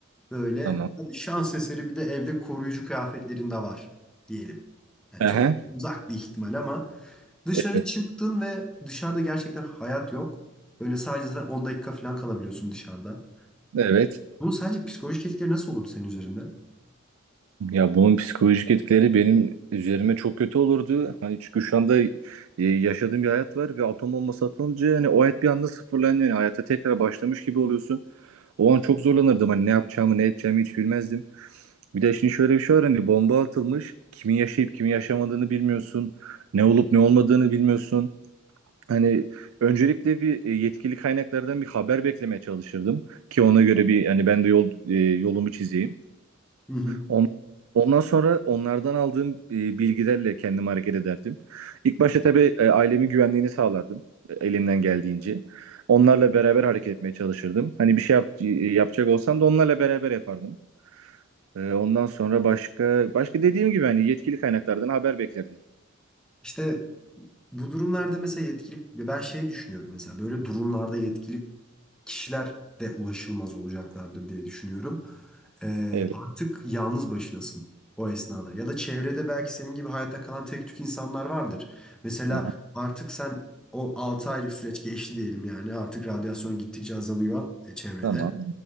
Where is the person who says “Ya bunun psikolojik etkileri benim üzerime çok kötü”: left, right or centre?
Right